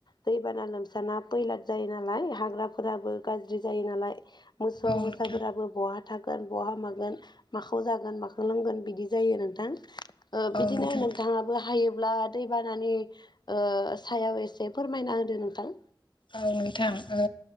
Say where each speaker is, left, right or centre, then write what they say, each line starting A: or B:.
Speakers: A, on the left; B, on the left.
A: दैबाना लोमसाना फैलाथ जायो नालाय हाग्राफोराबो गाज्रि जायो नालाय मोसौ
B: औ नोंथां
A: मोसाफोराबो बहा थागोन बहा मागोन माखौ जागोन माखौ लोंगोन बिदि जायो नोंथां ओ
B: औ
A: बिदिनो
B: नोंथां
A: नोंथाङाबो हायोब्ला दैबानानि ओ सायाव एसे फोरमायना होदो नोंथां
B: औ नोंथां ओ